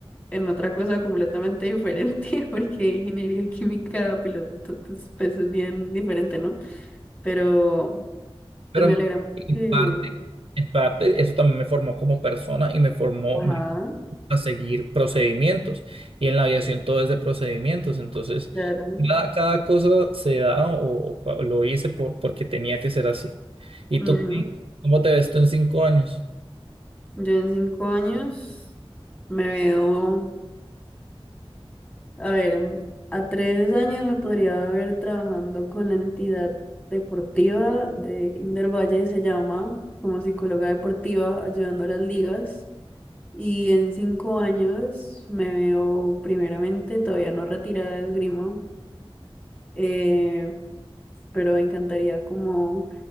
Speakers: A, on the left; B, on the right.
A: en otra cosa completamente diferente, <laughs> porque ingeniería química, piloto, pues, pues es bien diferente, ¿no? Pero,
B: Pero
A: pues me
B: en
A: alegra mucho
B: en
A: que,
B: parte, en parte, eso también me formó como persona y me formó
A: ajá,
B: me- a seguir procedimientos. Y en la aviación todo es de procedimientos. Entonces,
A: claro.
B: cada, cada cosa se da o, o lo hice por, porque tenía que ser así. ¿Y
A: Ujú.
B: tú, Pi, cómo te ves tú en cinco años?
A: Yo en cinco años me veo A ver, mm, a tres años me podría haber trabajando con la entidad deportiva de Inder Valle, se llama, como psicóloga deportiva, ayudando a las ligas. Y en cinco años me veo primeramente todavía no retirada de esgrima, eh, pero me encantaría como